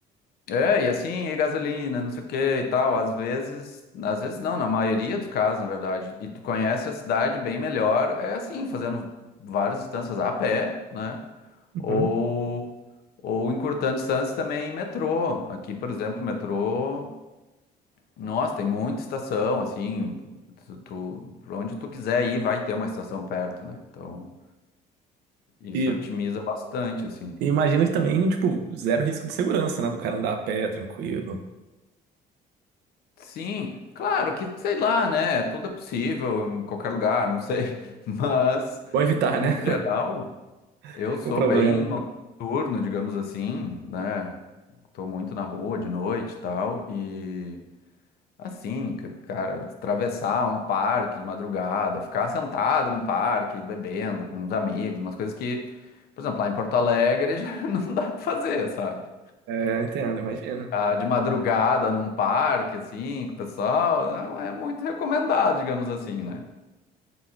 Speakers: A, on the left; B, on the right.
A: É, e assim, e gasolina, não sei o que e tal. Às vezes, às vezes não, na maioria dos casos, na verdade. E tu conhece a cidade bem melhor, é assim, fazendo várias distâncias a pé, né? Ou,
B: Uhum.
A: ou encurtando distâncias também em metrô. Aqui, por exemplo, metrô, nossa, tem muita estação, assim, tu, tu, pra onde tu quiser ir, vai ter uma estação perto, né? Então, isso
B: E,
A: otimiza bastante, assim.
B: e imagino que também, tipo, zero risco de segurança, né, do cara andar a pé, tranquilo.
A: Sim, claro que, sei lá, né? Tudo é possível em qualquer lugar, não sei. <laughs> Mas,
B: Bom evitar,
A: no
B: né,
A: geral,
B: <laughs>
A: eu sou
B: o problema.
A: bem noturno, digamos assim, né? Tô muito na rua de noite e tal. E, assim, c- cara, atravessar um parque de madrugada, ficar sentado num parque, bebendo com os amigos, umas coisas que, por exemplo, lá em Porto Alegre <laughs> já não dá pra fazer, sabe?
B: É, entendo, imagina.
A: ah, de madrugada num parque, assim, com o pessoal, não é muito recomendado, digamos assim, né?